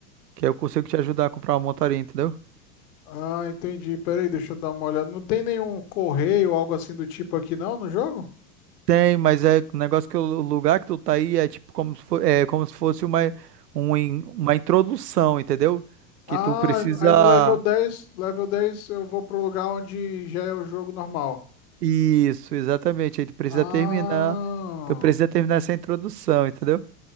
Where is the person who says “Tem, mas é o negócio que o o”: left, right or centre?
Right